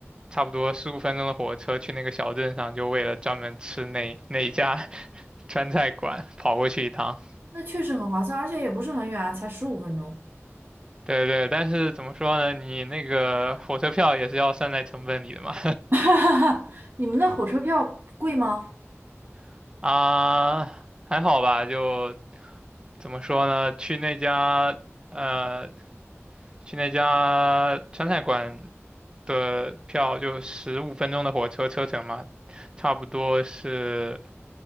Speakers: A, on the right; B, on the right.
A: 差不多十五分钟的火车去那个小镇上，就为了专门吃那 <laughs> 那一家 <laughs> 川菜馆跑过去一趟。
B: 那确实很划算，而且也不是很远啊，才十五分钟。
A: 对对，但是怎么说呢？你那个火车票也是要算在成本里的嘛。
B: <laughs> 你们那火车票贵吗？
A: <laughs> 啊，还好吧，就怎么说呢？去那家呃，去那家川菜馆的票就十五分钟的火车车程嘛，差不多是